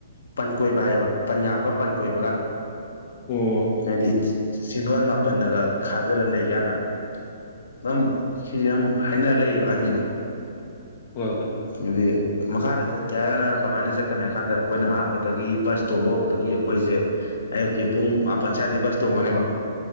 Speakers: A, on the left; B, on the left.
A: ꯄꯟ ꯀꯣꯏꯕ ꯍꯥꯏꯌꯦꯕ ꯄꯟ ꯉꯥꯛꯄ ꯄꯟ ꯀꯣꯏꯕ ꯀꯥꯟꯗ
B: ꯑꯣ
A: ꯍꯥꯏꯗꯤ ꯁꯤꯒꯋꯥꯟ ꯃꯥꯄꯟ ꯅꯒ ꯈꯥꯖꯂ ꯂꯩ ꯌꯥꯅ ꯑꯗꯨꯝ ꯁꯤꯁꯦ ꯌꯥꯝ ꯍꯥꯏꯅꯔ ꯂꯩꯌꯦꯕ ꯑꯍꯟꯁꯤꯅ
B: ꯍꯣꯏ ꯍꯣꯏ
A: ꯏꯗꯤ ꯃꯀꯥꯖꯥ ꯀꯌꯥ ꯍꯥꯏꯒꯅ ꯀꯃꯥꯏꯅ ꯆꯠꯀꯅꯤ ꯍꯥꯏ ꯀꯥꯟꯗ ꯑꯩꯈꯣꯏꯅ ꯑꯍꯥꯟꯕꯗ ꯑꯗꯒꯤ ꯕꯁ ꯇꯣꯡꯕ ꯍꯧꯕꯗꯒꯤ ꯑꯩꯈ ꯑꯩꯈꯣꯏꯁꯦ ꯑꯌꯨꯛꯀꯤ ꯄꯨꯡ ꯄꯟꯆꯥꯌꯦꯗꯤ ꯕꯁ ꯇꯣꯡꯉꯅꯦꯕ